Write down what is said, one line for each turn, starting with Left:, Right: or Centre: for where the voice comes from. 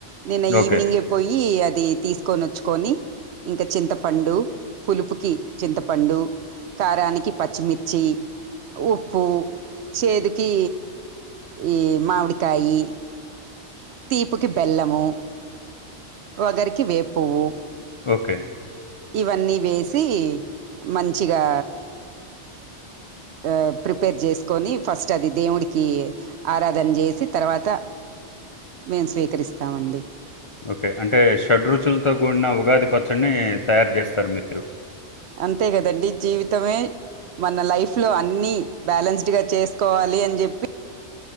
Right: నిన్న
Left: ఓకే.
Right: ఈవినింగేఏ పోయ్యి అది తీసుకొని వచ్చుకొని ఇంక చింతపండు పులుపుకి చింతపండు కారానికి పచ్చిమిర్చి ఉప్ ప్పు చేదుకి ఈఈ మామిడికాయి తీపుకి బెల్లము. వగరికి వేప పువ్వు
Left: ఓకే
Right: ఇవన్నీ వేసి. పి మంచిగా. ఆ ప్రిపేర్ చేసుకొని ఫస్ట్ అది దేవుడికి ఆరాధన చేసి తర్వాత మేము స్వీకరిస్తామండి
Left: ఓకే అంటే షడ్రుచులతో కూడిన ఉగాది పచ్చడిని తయారు చేస్తారు మీరు
Right: అంతే కదండి జీవితం. మన లైఫ్ లో అన్ని బ్యాలన్స్డ్ గా చేస్ కోవాలి అని చెప్పి